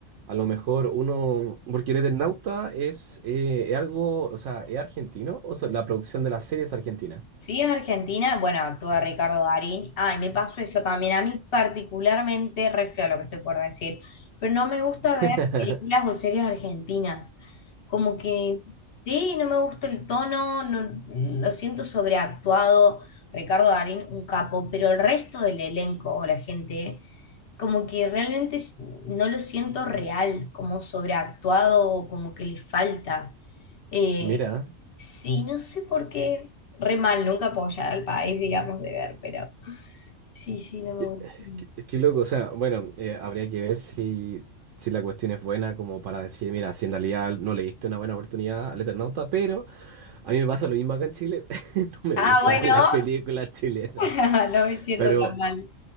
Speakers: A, on the right; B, on the left.
A: a lo mejor uno, porque el Eternauta es, eh, es algo, o sea, es argentino, o sea, la producción de la serie es argentina.
B: Sí, es Argentina. Bueno, actúa Ricardo Darín. Ay, me pasó eso también. A mí particularmente, re feo lo que estoy por decir, pero no me gusta
A: <laughs>
B: ver películas o series argentinas. Como que sí, no me gusta el tono, no- lo siento sobreactuado. Ricardo Darín, un capo, pero el resto del elenco o la gente, como que realmente s- no lo siento real, como sobreactuado, o como que le falta. Eh,
A: Mira.
B: sí, no sé por qué. Re mal, nunca apoyar al país, digamos, de ver, pero sí, sí, no me
A: Qué,
B: gusta.
A: qué- qué loco, o sea, bueno, eh, habría que ver si, si la cuestión es buena como para decir, mira, si en realidad no le diste una buena oportunidad al Eternauta, pero a mí me pasa lo mismo acá en Chile, <laughs> no me
B: Ah,
A: gustan
B: bueno,
A: las películas chilenas,
B: <laughs> no me siento
A: pero,
B: tan mal.